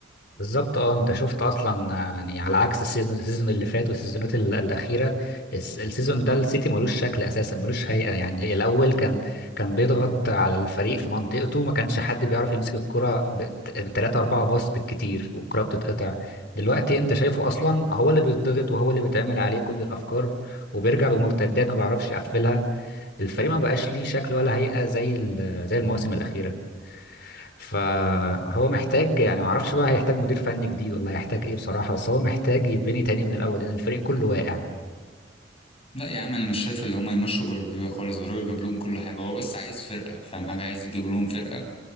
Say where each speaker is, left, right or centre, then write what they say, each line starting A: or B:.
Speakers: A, on the left; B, on the left.
A: بالظبط اه انت شفت اصلا آه، يعني على عكس السيزون السيزون اللي فات والسيزونات ال- الاخيره الس- السيزون ده السيتي ملوش شكل اساسا ملوش هيئه يعني الاول كان كان بيضغط على الفريق في منطقته ما كانش حد بيعرف يمسك الكره بثلاثة أربعة باص بالكتير والكره بتتقطع دلوقتي انت شايفه اصلا هو اللي بيتضغط وهو اللي بيتعمل عليه كل الافكار وبيرجع بمرتدات ما بيعرفش يقفلها الفريق ما بقاش ليه شكل ولا هيئه زي ال- زي المواسم الاخيره فهو محتاج يعني ما اعرفش بقى هيحتاج مدير فني جديد ولا هيحتاج ايه بصراحة بس هو محتاج يتبني تاني من الاول لان الفريق كله واقع
B: لا يا عم أنا مش شايف اللي هما يمشوا جوارديولا خالص الراجل جاب لهم كل حاجة هو بس عايز فرقة فاهم حاجة عايز يجيب لهم فرقة